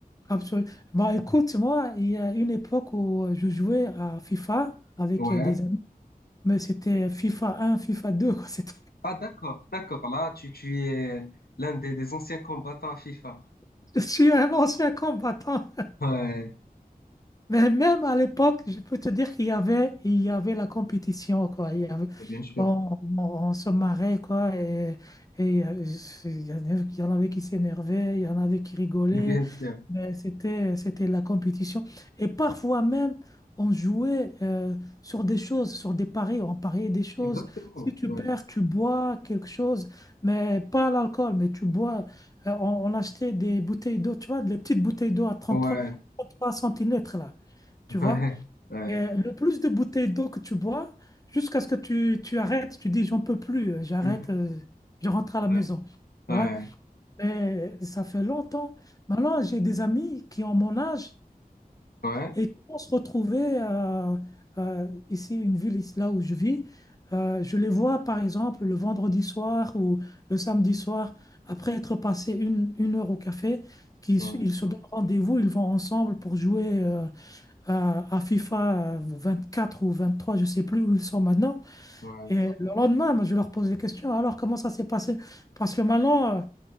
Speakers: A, on the left; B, on the left.
A: absolument. Bah écoute, moi, il y a une époque où euh, je jouais à FIFA avec
B: Ouais.
A: euh, des amis, mais c'était FIFA 1, FIFA 2, quoi. C'était...
B: Ah, d'accord, d'accord. Là, tu, tu es l'un des, des anciens combattants à FIFA.
A: <laughs> Je suis un ancien combattant.
B: Ouais,
A: Mais même à l'époque, je peux te dire qu'il y avait, il y avait la compétition, quoi. Il y avait,
B: mais bien sûr.
A: on, on- on se marrait, quoi. Et, et il y avait- il y en avait il y en avait qui s'énervaient, il y en avait qui rigolaient.
B: <laughs> Mais Bien sûr.
A: Mais c'était, c'était la compétition. Et parfois même, on jouait euh, sur des choses, sur des paris. On pariait des choses.
B: Exactement.
A: Si tu
B: Ouais.
A: perds, tu bois quelque chose, mais pas l'alcool, mais tu bois. Euh, on, on achetait des bouteilles d'eau, tu vois, des petites bouteilles d'eau à trente-trois
B: Ouais.
A: trente-trois centilitres, là tu
B: Ouais.
A: vois.
B: Ouais.
A: Et le plus de bouteilles d'eau que tu bois, jusqu'à ce que tu, tu arrêtes, tu dis, j'en peux plus, euh, j'arrête,
B: <laughs>
A: euh, je rentre à
B: Ouais.
A: la maison, tu
B: Ouais.
A: vois. Mais ça fait longtemps. Maintenant, j'ai des amis qui ont mon âge
B: Ouais.
A: et qui vont se retrouver euh, euh, ici, une ville, ici, là où je vis. Euh, je les vois, par exemple, le vendredi soir ou le samedi soir, après être passé une, une heure au café, qu'ils,
B: Ouais.
A: ils se donnent rendez-vous, ils vont ensemble pour jouer. euh, à, à FIFA 24 ou 23, je ne sais plus où ils sont maintenant.
B: Ouais.
A: Et le lendemain, moi, je leur pose des questions. Alors, comment ça s'est passé? Parce que maintenant, euh,